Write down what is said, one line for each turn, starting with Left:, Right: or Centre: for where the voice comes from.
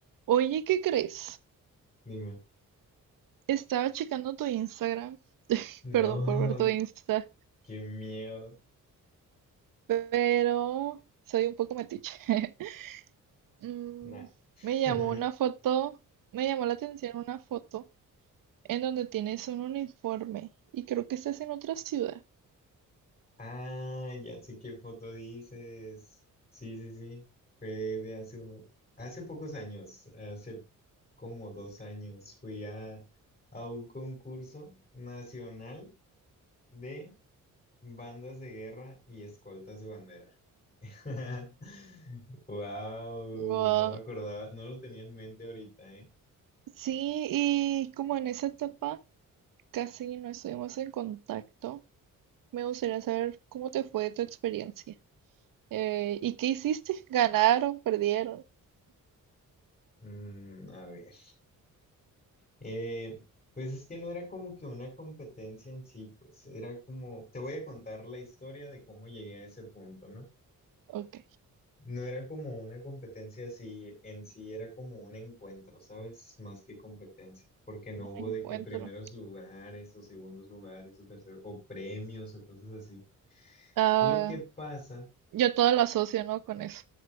Right: Oye, ¿qué crees?
Left: Dime.
Right: Estaba checando tu Instagram,
Left: No,
Right: perdón por ver tu Insta,
Left: <laughs> qué miedo.
Right: pero soy un poco metiche. <laughs> Mm,
Left: Nah. <laughs>
Right: me llamó una foto, me llamó la atención una foto en donde tienes un uniforme y creo que estás en otra ciudad.
Left: Ah, ya sé qué foto dices. Sí, sí, sí. Fue de hace uno, hace pocos años, hace como dos años, fui a, a un concurso nacional de bandas de guerra y escoltas de bandera. <laughs> Wow,
Right: Wow.
Left: no me acordaba, no lo tenía en mente ahorita, ¿eh?
Right: Sí, y como en esa etapa casi no estuvimos en contacto, me gustaría saber cómo te fue tu experiencia. Eh, ¿y qué hiciste? ¿Ganaron? ¿Perdieron?
Left: Mm, a ver. Eh, pues es que no era como que una competencia en sí, pues era como, te voy a contar la historia de cómo llegué a ese punto, ¿no?
Right: Ok,
Left: No era como una competencia así en sí, era como un encuentro, ¿sabes? Más que competencia, porque no
Right: un
Left: hubo
Right: encuentro.
Left: de que primeros lugares o segundos lugares o terceros o premios o cosas así.
Right: Ah,
Left: Lo que pasa
Right: yo todo lo asocio, ¿no? Con eso.